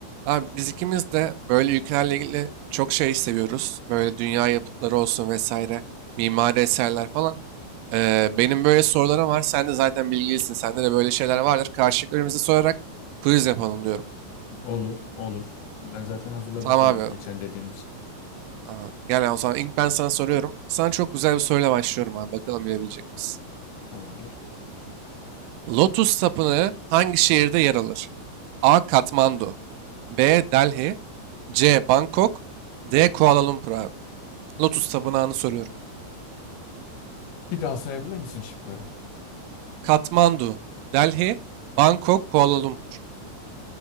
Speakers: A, on the right; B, on the left.
A: Abi biz ikimiz de böyle ülkelerle ilgili çok şey seviyoruz. Böyle dünya yapıtları olsun vesaire, mimari eserler falan. Ee, benim böyle sorularım var. Sen de zaten bilgilisin. Sende de böyle şeyler vardır. Karşılıklarımızı sorarak quiz yapalım diyorum.
B: Olur, olur. Ben zaten hazırladım
A: Tamam
B: soruları
A: abi.
B: geçen dediğin için.
A: Aa, gel o zaman ilk ben sana soruyorum. Sana çok güzel bir soruyla başlıyorum abi. Bakalım bilebilecek misin?
B: Tamamdır.
A: Lotus Tapınağı hangi şehirde yer alır? A. Katmandu B. Delhi C. Bangkok D. Kuala Lumpur abi. Lotus Tapınağı'nı soruyorum.
B: Bir daha sayabilir misin şıkları?
A: Katmandu, Delhi, Bangkok, Kuala Lumpur.